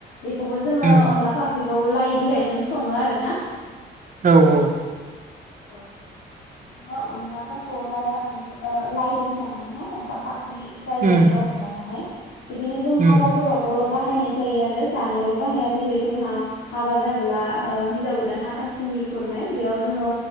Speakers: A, on the left (about 85°); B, on the right (about 40°).
A: बेखौबो जोङो
B: उम
A: अनला फाख ख्रि खौ लाइ बिलाइजों सङो आरो ना
B: औ औ
A: औ अनलाफोरखौ लाइ फा ओ लाइजों संनानैहाय अनला फाखि जायो
B: उम
A: आरो अनलायाहाय बिदिनो जों
B: उम
A: हाबा फोरावबो बाहायनाय जायो आरो जानायावल' बाहाया जेरै जोंहा हाबा जाबोला ओ हिन्जाव गोदान हाथासुनि खुरनाय बेयाव जोङो